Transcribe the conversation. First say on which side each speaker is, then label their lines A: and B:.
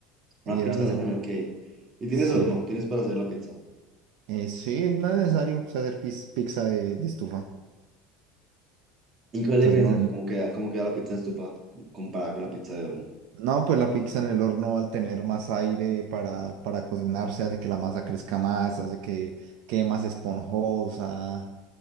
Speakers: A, on the right; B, on the right.
A: Y
B: Una
A: era
B: pizza
A: la
B: en
A: segunda.
B: el año, ok. Y
A: Sí.
B: tienes horno, tienes para hacer la pizza.
A: Eh, sí, no es necesario pues, hacer pis- pizza de, de estufa.
B: ¿Y cuál
A: Entonces
B: es la diferencia?
A: no.
B: ¿Cómo queda, cómo queda la pizza de estufa comparada con la pizza de horno?
A: No, pues la pizza en el horno al tener más aire para, para cocinarse hace que la masa crezca más, hace que quede más esponjosa.